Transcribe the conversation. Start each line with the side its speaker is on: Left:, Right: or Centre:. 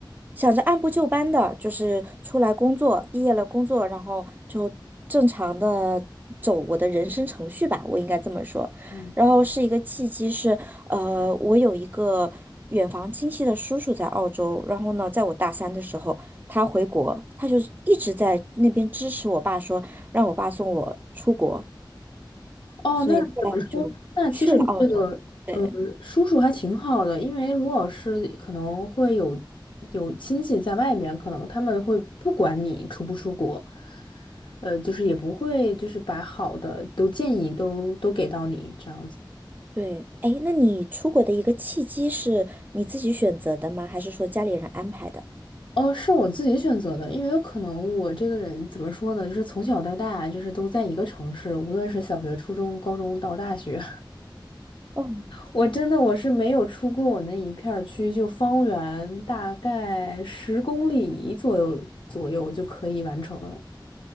Right: 想着按部就班的，就是出来工作，毕业了工作，然后就正常的走我的人生程序吧，我应该这么说。
Left: 嗯。
Right: 然后嗯是一个契机是，呃，我有一个远房亲戚的叔叔在澳洲，然后呢，在我大三的时候，他回国，他就是一直在那边支持我爸说，让我爸送我出国，
Left: 哦，
Right: 所以后来我就去了澳洲。
Left: 那怎么说？那其实你这个呃，
Right: 对。
Left: 叔叔还挺好的，因为如果是可能会有有亲戚在外面，可能他们会不管你出不出国，呃，就是也不会就是把好的都建议都都给到你这样子。
Right: 对，哎，那你出国的一个契机是你自己选择的吗？还是说家里人安排的？
Left: 哦，是我自己选择的，因为有可能我这个人怎么说呢，就是从小到大就是都在一个城市，无论是小学、初中、高中到大学。
Right: 哦，
Left: 我真的我是没有出过我那一片儿区，就方圆大概十公里左右左右就可以完成了。